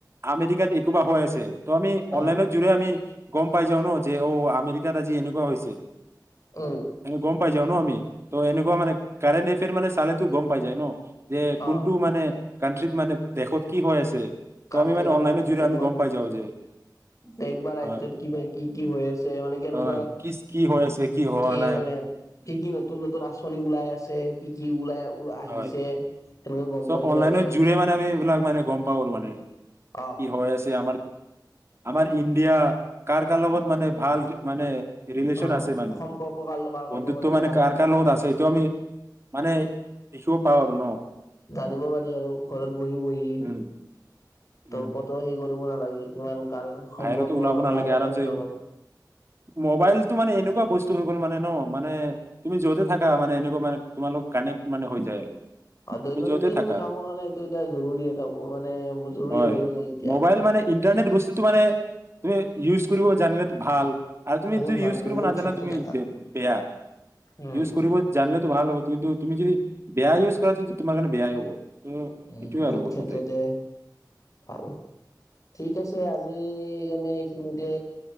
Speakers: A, on the right; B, on the left.
A: আমেৰিকাত একোবা হৈ আছে ত' আমি
B: অ
A: অনলাইনৰ জুৰে আমি গ'ম পাই যাও ন? যে অ আমেৰিকাত আজি এনেকুৱা হৈছে।
B: উম।
A: গ'ম পাই যাওঁ ন আমি, ত' এনেকুৱা মানে কাৰেণ্ট এফেয়াৰ মানে চালেতো গ'ম পাই যায় ন। যে কোনটো
B: অ
A: মানে কাণ্ট্ৰিত মানে দেশত কি হৈ আছে। ত'
B: কাণ্ট্ৰি
A: আমি মানে
B: অকান
A: অনলাইনৰ জৰিয়তে
B: দেশত
A: আমি গম পাই যাওঁ যে
B: দেশ বা ৰাজ্যত
A: হয়
B: কিবা কি কি হৈ আছে মানে কেনেকুৱা
A: হয় কি কি হৈ আছে হোৱা
B: কি
A: নাই
B: মানে কি কি নতুন নতুন আঁচনি ওলাই আছে। কি কি ওলাই আহিছে
A: হয়
B: সেনেকৈ গ'ম
A: চব
B: পাই যোৱা
A: অনলাইনৰ
B: যায়।
A: জোৰে মানে আমি এইবিলাক মানে গ'ম পাও আৰু মানে
B: অ
A: কি হৈ আ ছে আমাৰ আমাৰ ইণ্ডিয়া কাৰ কাৰ লগত মানে ভাল মানে ৰিলেচন
B: অ
A: আছে মানে
B: সম্পৰ্ক কাৰ কাৰ
A: বন্ধুত্ব
B: লগত
A: মানে
B: ভাল
A: কাৰ কাৰ লগত আছে এইটো আমি মানে দেখিব পাওঁ আৰু ন'!
B: জানিব পাৰি আৰু ঘৰত বহি বহিয়ে
A: উম
B: ত'
A: উম
B: কতো সেই কৰিব নালাগে। ইমান কাৰ
A: বাহিৰতো
B: সম্পৰ্ক
A: ওলাব নালাগে
B: বাহিৰা
A: আৰামছে
B: দেশৰ লগত।
A: মোবাইলটো মানে এনেকুৱা বস্তু হৈ গ'ল মানে ন' মানে তুমি য'তে থাকা মানে এনেকুৱা মানে তোমালোক কানেক্ট মানে হৈ যায় আৰু।
B: অ', দৈনন্দিন
A: তুমি য'তে থাকা
B: কামৰ কাৰণে এইটো এতিয়া জৰুৰী এটা মানে জৰুৰী
A: হয়
B: হৈ গ'ল এতিয়া
A: মোবাইল
B: আৰু।
A: মানে ইণ্টাৰনেট বস্তুটো মানে তুমি ইউজ কৰিব জানিলে ভাল। আৰু তুমি
B: বহুত
A: যদি
B: ভাল
A: ইউজ
B: বহুত
A: কৰিব নাজানা
B: ক্ষেত্ৰতে
A: তুমি
B: ভাল
A: ব বেয়া,
B: উম,
A: ইউজ কৰিব জানলেতো ভাল হ'ব কিন্তু তুমি যদি বেয়া ইউজ কৰা তে তোমাৰ কাৰণে বেয়াই হ'ব। ত'
B: উম,
A: সেইটোয়ে
B: বহুত
A: আৰু মোৰ
B: ক্ষেত্ৰতে
A: মতে
B: ভাল ঠিক আছে আজি কাৰণে এইখিনিতে